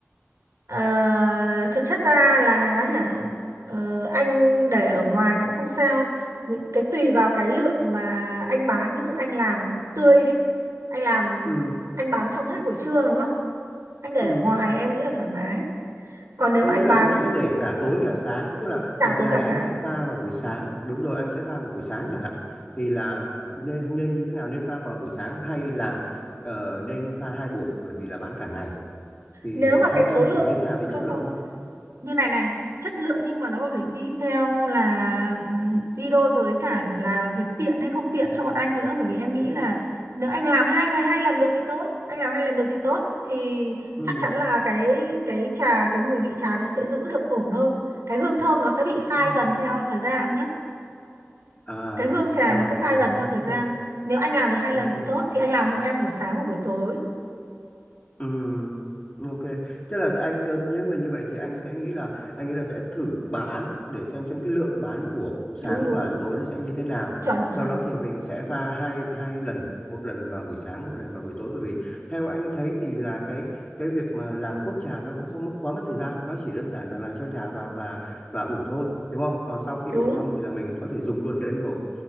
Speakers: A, on the right; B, on the left.
A: Ờ, thực chất ra là hả, ờ, anh để ở ngoài nó cũng không sao những cái tùy vào cái lượng mà anh bán ví dụ anh làm tươi đi anh làm
B: ừ
A: anh bán trong hết buổi trưa đúng không anh để
B: ừ
A: ở ngoài em nghĩ là thoải mái còn nếu
B: anh
A: mà anh
B: nghĩ là
A: bán
B: anh sẽ để cả tối cả sáng tức là
A: cả
B: một
A: tối
B: ngày
A: cả sáng
B: anh sẽ pha vào buổi sáng đúng rồi anh sẽ pha vào buổi sáng chẳng hạn thì là ờ, nên nên như thế nào nên pha vào buổi sáng hay là ờ, nên pha hai buổi bởi vì là bán cả ngày thì
A: nếu mà
B: theo
A: cái
B: em
A: số lượng
B: thì như thế nào thì
A: không
B: chất lượng
A: không
B: hơn
A: như này này chất lượng nhưng mà nó còn phải đi theo là ừm, đi đôi với cả là việc tiện hay không tiện cho bọn anh nữa bởi vì em nghĩ là nếu anh làm hai ngày hai lần được thì tốt anh làm hai lần được thì tốt thì
B: ừ.
A: chắc chắn là cái cái trà cái mùi vị trà nó sẽ giữ được ổn hơn cái hương thơm nó sẽ bị phai
B: ừ.
A: dần theo thời gian nhé
B: à
A: cái hương trà
B: ờ
A: nó sẽ phai
B: ờ
A: dần
B: ok
A: theo thời gian nếu anh làm được hai
B: ok
A: lần thì tốt thì anh làm hộ em buổi sáng và buổi tối
B: Ừ, ok. tức là anh nhưng mà như vậy thì anh sẽ nghĩ là anh nghĩ là sẽ thử bán để xem xem cái lượng bán của sáng
A: đúng đúng
B: và tối nó sẽ như thế nào.
A: chuẩn chuẩn
B: Sau đó thì mình sẽ pha hai hai lần, một lần vào buổi sáng, một lần vào buổi tối bởi vì theo anh thấy thì là cái cái việc mà làm cốt trà nó cũng không mất quá mất thời gian, nó chỉ đơn giản rằng là cho trà vào và và ủ thôi, đúng không? Còn sau khi
A: đúng
B: ủ xong thì là mình có thể dùng luôn cái đấy rồi.